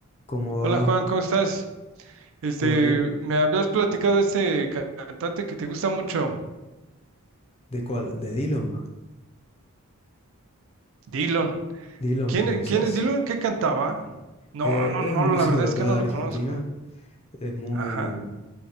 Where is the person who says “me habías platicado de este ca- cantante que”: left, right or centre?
Right